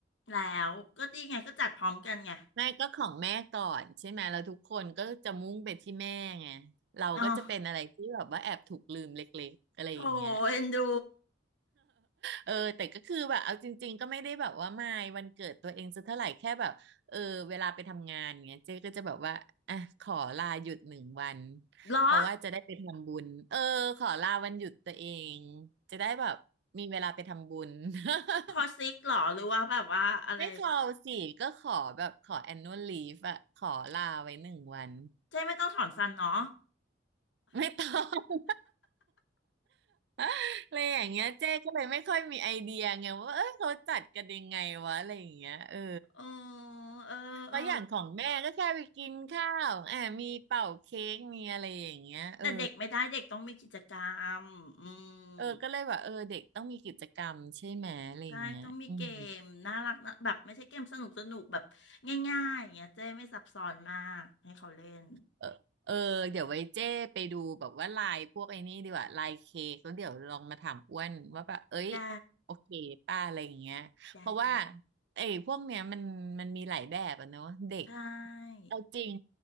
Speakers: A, on the left; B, on the right.
A: แล้วก็ดีไงก็จัดพร้อมกันไง
B: ไม่ก็ของแม่ก่อนใช่ไหมแล้วทุกคนก็จะมุ่งไปที่แม่ไงเราก็จะเป็นอะไรที่แบบว่าแอบถูกลืมเล็กๆอะไรอย่างเงี้ย
A: อ๋อโถเอ็นดู
B: เออแต่ก็คือแบบเอาจริงๆก็ไม่ได้แบบว่ามายวันเกิดตัวเองสักเท่าไหร่แค่แบบเออเวลาไปทำงานเงี้ยเจ๊ก็จะแบบว่าอ่ะขอลาหยุดหนึ่งวัน
A: เหรอ
B: เพราะว่าจะได้ไปทำบุญเออขอลาวันหยุดตัวเองจะได้แบบมีเวลาไปทำบุญ <laughs>
A: คอซิกเหรอหรือว่าแบบว่าอะไร
B: ไม่ขอสิก็ขอแบบขอ annual leave อะขอลาไว้หนึ่งวัน
A: เจ๊ไม่ต้องถอนฟันเนาะ
B: ไม่ต้อง <laughs> อะไรอย่างเงี้ยเจ๊ก็เลยไม่ค่อยมีไอเดียไงว่าเอ้ยเขาจัดกันยังไงวะอะไรอย่างเงี้ยเออ
A: อ๋อเออเออ
B: ว่าะอย่างของแม่ก็แค่ไปกินข้าวอ่ามีเป่าเค้กมีอะไรอย่างเงี้ยเออ
A: แต่เด็กไม่ได้เด็กต้องมีกิจกรรมอืม
B: เออ ก็เลยแบบเออเด็กต้องมีกิจกรรมใช่ไหม อะไรอย่างเงี้ยอืม
A: ใช่ต้องมีเกมน่ารักนะแบบไม่ใช่เกมสนุกสนุกแบบง่ายๆอย่างเงี้ยเจ๊ไม่ซับซ้อนมากให้เขาเล่น
B: เออเออ เดี๋ยวไว้เจ้ไปดูแบบว่าลายพวกไอ้นี่ดีกว่าลายเค้กแล้วเดี๋ยวลองมาถามอ้วนว่าแบบเอ้ย
A: ได้
B: โอเคป้าอะไรอย่างเงี้ยเพราะว่า
A: ได้ได้เลย
B: ไอ้พวกเนี้ยมันมันมีหลายแบบอะเนอะเด็ก
A: ใช่
B: เอาจริง